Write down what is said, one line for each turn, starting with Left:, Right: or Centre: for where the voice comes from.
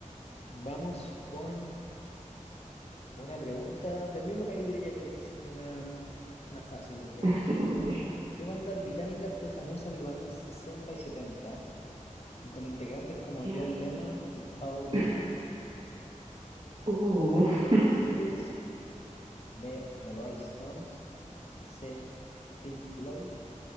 Left: vamos con una pregunta del mismo calibre, ya que tú me hiciste una, una fácil, entre comillas.
Right: <laughs> Ya,
Left: ¿Qué banda británica fue famosa en los años 60 y 70 y con integrantes como
Right: ya.
Left: John Lennon y Paul McCartney?
Right: <clears throat> Uh,
Left: A.
Right: <laughs>
Left: The Beatles. B. The Rolling Stones. C. Pink Floyd.